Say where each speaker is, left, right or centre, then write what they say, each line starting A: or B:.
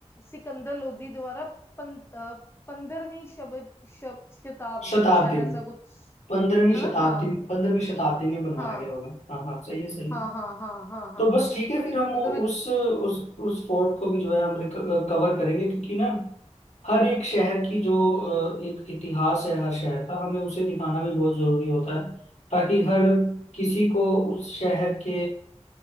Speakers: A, on the left; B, on the left.
A: सिकंदर लोधी द्वारा पं, पंद्रहवीं शब, शब, शताब्दी
B: शताब्दी
A: शायद ऐसा
B: में
A: कुछ
B: पंद्रहवीं
A: है
B: शताब्दी
A: ना हाँ
B: पंद्रहवीं शताब्दी में बनवाया
A: हाँ
B: गया होगा हाँ हाँ सही है सही है
A: हाँ हाँ हाँ हाँ हाँ
B: तो बस
A: हाँ
B: ठीक है फिर हम
A: मतलब
B: वो-
A: इत,
B: उस उस उस फोर्ट को भी जो है हम कवर करेंगे क्योंकि ना हर एक शहर की जो अ, एक इतिहास है हर शहर का हमें उसे दिखाना भी बहुत जरूरी होता है ताकि हर किसी को उस शहर के